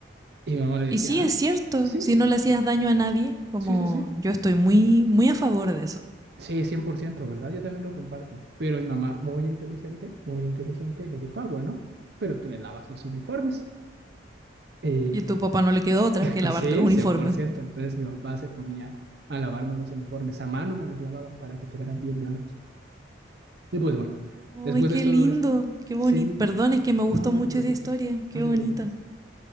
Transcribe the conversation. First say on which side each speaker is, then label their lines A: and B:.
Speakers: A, on the right; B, on the right.
A: Y mi mamá le decía,
B: Y sí, es
A: "Ah,
B: cierto,
A: sí,
B: si no le hacías daño a nadie, como
A: sí, sí, sí.
B: yo estoy muy, muy a favor de eso.
A: Sí, cien por ciento ¿verdad? Yo también lo comparto. Pero mi mamá, muy inteligente, muy inteligente, le dijo, ah, bueno, pero tú le lavas los uniformes. Eh,
B: Y a tu papá no le quedó otra
A: <laughs>
B: que lavarte
A: sí,
B: los uniformes.
A: cien por ciento Entonces mi papá se ponía a lavarme los uniformes, a mano me los lavaba para que quedaran bien blancos. Y pues bueno,
B: Ay,
A: después
B: qué
A: de todo
B: lindo,
A: esto,
B: qué bonito.
A: sí,
B: Perdón, es que me gustó
A: no, no
B: mucho
A: te preocupes,
B: esa historia. Qué
A: no te
B: bonita,
A: preocupes.